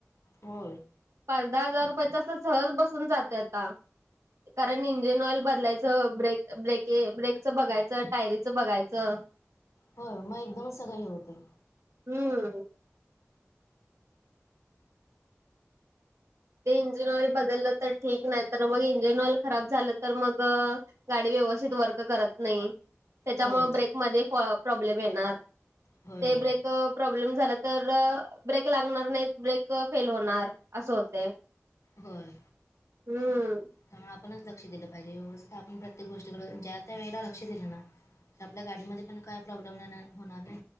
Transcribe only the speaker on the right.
पाच दहा हजार रुपयाचा असं सहज बसून जाते आता. कारण इंजिन ऑइल बदलायचं, ब्रेक, ब्रेक ब्रेकचं बघायचं, टायरीचं बघायचं.
हम्म ते इंजिन ऑइल बदललं तर ठीक. नाही तर मग इंजिन ऑइल खराब झालं तर मग. गाडी व्यवस्थित वर्क करत नाही. त्याच्यामु
ब्रेकमध्ये प्रॉब्लेम येणार.
ते
ब्रेक प्रॉब्लेम झाला तर ब्रेक लागणार नाही. ब्रेक फेल होणार. असं होते.
हम्म